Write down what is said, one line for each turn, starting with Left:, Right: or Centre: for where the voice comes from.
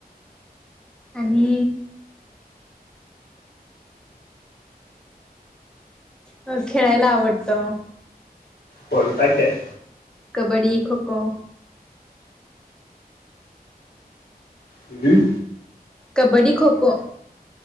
Centre: आणि? अ खेळायला आवडतं
Left: कोणता खेळ?
Centre: कबड्डी, खो खो.
Left: हम्म.
Centre: कबड्डी, खो खो.